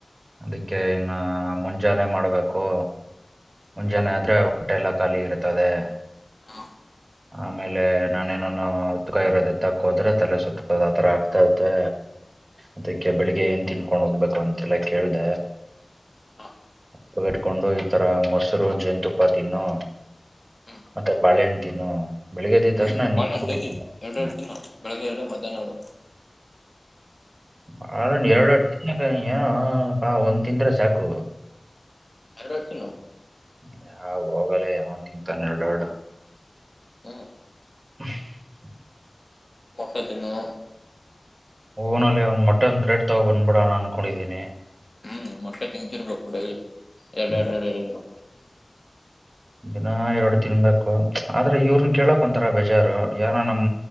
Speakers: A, on the right; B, on the left.
A: ಅದಕ್ಕೆ ಇನ್ನ ಮುಂಜಾನೆ ಮಾಡ್ಬೇಕು ಮುಂಜಾನೆ ಆದ್ರೆ ಹೊಟೆಲ್ಲ ಖಾಲಿ ಇರ್ತದೆ
B: ಹಾ
A: ಆಮೇಲೆ ನಾನೇನಾನ ಉತ್ಕ ಇರೋದೆತ್ತಕೋದ್ರೆ ತಲೆ ಸುತ್ತದ ಆತರ ಆಗ್ತದೆ ಅದಕ್ಕೆ ಬೆಳಿಗ್ಗೆ ಏನ್ ತಿನ್ಕೊಂಡ್ ಹೋಗ್ಬೇಕು ಅಂತೆಲ್ಲ ಕೇಳ್ದ
B: ಹಾ
A: ತಗಟ್ಕೊಂಡು ಈತರ ಮೊಸರು ಜೇನು ತುಪ್ಪಾ ತಿನ್ನು
B: ಹ್ಮ್
A: ಮತ್ತೆ ಬಾಳೆಹಣ್ಣು ತಿನ್ನು ಬೆಳಿಗ್ಗೆ ಎದ್ದ
B: ಹ್ಮ್
A: ತಕ್ಷಣ
B: ಬಾಳಲಿ
A: ನೀರ್ ಕುಡಿತೀನಿ
B: ಎರಡು ಎರ್ ತಿನ್ ನ ಬೆಳಿಗ್ಗೆ ಎರಡು ಮಧ್ಯಾಹ್ನ ಎರಡು
A: ಬಾಳೆಹಣ್ಣು ಎರಡು ಎರಡ ತಿಕ ಏನಾ ಒಂದ ತಿಂದ್ರೆ ಸಾಕು
B: ಯರಡ್ ಯರಡ್ ತಿನ್ನು
A: ಹ್ಮ ಯಾವ ಹೋಗಲ್ಲೇ ಯಾವನ ತಿಂತಾನ ಎರಡ ಎರಡು
B: ಹ್ಮ್ ಹ್ಮ್
A: <unintelligible>
B: ಮೊಟ್ಟೆ ತಿನ್ನು
A: ಹೂನಲ್ಲಿೇ ಒಂದ್ ಮಟ್ಟನ್ ಬ್ರೆಡ್ ತಂದ ಬಿಡೋಣ ಅನ್ಕೊಂಡಿದ್ದೀನಿ
B: ಹ್ಮ್ ಮೊಟ್ಟೆ ತಿಂತಿರಬೇಕ್ ಕೈ ಎರಡು
A: ಹ್ಮ್.
B: ಎರಡು ಎರಡು ಎಡಿ <unintelligible>
A: ದಿನ ಎರಡು ತಿನಬೇಕು ಆದ್ರ ಇವ್ರನ್ ಕೇಳಕ್ ಒಂತರ ಬೇಜಾರು ಏನೋ ನಮ್